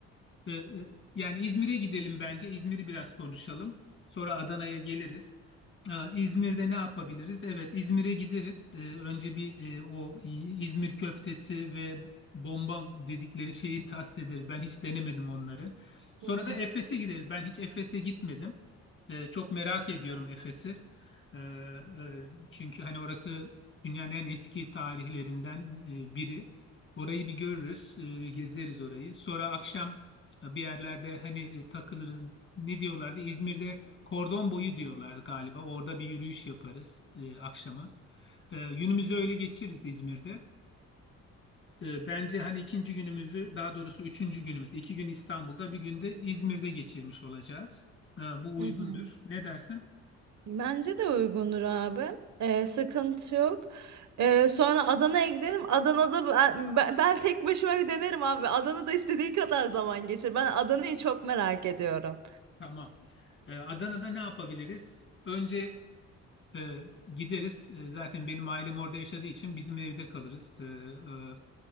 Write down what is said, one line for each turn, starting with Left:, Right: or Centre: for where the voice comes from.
Left: Ee, e, e, yani İzmir'e gidelim bence. İzmir'i biraz konuşalım. Sonra Adana'ya geliriz. Ee, İzmir'de ne yapabiliriz? Evet, İzmir'e gideriz. Ee, önce bir e, o İ- İzmir köftesi ve bomba dedikleri şeyi tast ederiz. Ben hiç denemedim onları. Sonra
Right: Hı hı.
Left: da Efes'e gideriz. Ben hiç Efes'e gitmedim. Ee, çok merak ediyorum Efes'i. Ee, e, çünkü hani orası dünyanın en eski tarihlerinden e, biri Orayı bir görürüz, e, gezeriz orayı. Sonra akşam e, bir yerlerde hani e, takılırız. Ne diyorlardı? İzmir'de kordon boyu diyorlar galiba. Orada bir yürüyüş yaparız e, akşamı. E, günümüzü öyle geçiririz İzmir'de. E, bence hani ikinci günümüzü, daha doğrusu üçüncü günümüz, iki gün İstanbul'da, bir gün de İzmir'de geçirmiş olacağız. E, bu uygundur.
Right: Hı hı.
Left: Ne dersin?
Right: Bence de uygundur abi. Ee, sıkıntı yok. Ee, sonra Adana'ya gidelim. Adana'da ben, ben, ben tek başıma bir denerim abi. Adana'da istediğin kadar zaman geçir. Ben Adana'yı çok merak ediyorum.
Left: Tamam. E, Adana'da ne yapabiliriz? Önce E, gideriz. E, zaten benim ailem orada yaşadığı için bizim evde kalırız. E, e,